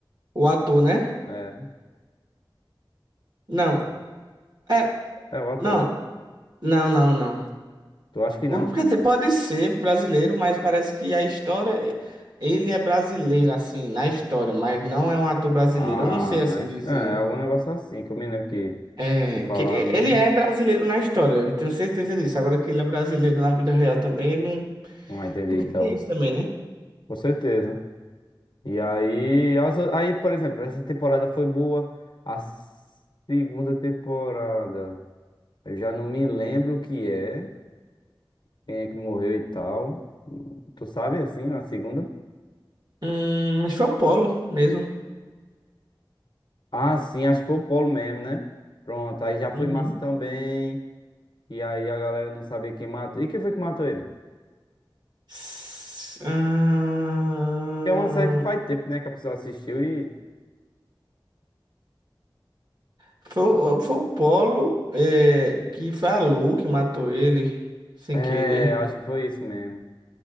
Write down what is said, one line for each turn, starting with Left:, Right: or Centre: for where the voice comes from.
Right: O ator, né?
Left: É,
Right: Não. É,
Left: é o ator.
Right: não. Não, não, não.
Left: Tu acha que não?
Right: Hum, Quer dizer, pode ser brasileiro, mas parece que a história. Ele é brasileiro, assim, na história, mas não é um ator brasileiro.
Left: Ah,
Right: Eu não sei assim
Left: nós,
Right: dizer.
Left: é, é algum negócio assim, que eu me lembro que,
Right: É,
Left: que falaram
Right: que ele
Left: muito.
Right: é brasileiro na história, eu tenho certeza disso. Agora que ele é brasileiro na vida real também, eu não.
Left: Ah, entendi,
Right: Porque
Left: então.
Right: tem isso também, né?
Left: Com certeza. E aí, as o- aí, por exemplo, essa temporada foi boa. A segunda temporada, eu já não me lembro o que é, quem é que morreu e tal. Tu sabe, assim, a segunda?
Right: Hum, acho que foi o Polo mesmo.
Left: Ah, sim, acho que foi o Polo mesmo, né? Pronto, aí já
Right: Uhum.
Left: foi massa também. E aí a galera não sabia quem matou. E quem foi que matou ele?
Right: S- ah
Left: Que é uma série que faz tempo, né? Que a pessoa assistiu e.
Right: foi, o- foi o Polo é, que foi a Lu que matou ele, sem
Left: É,
Right: querer,
Left: acho que foi isso mesmo.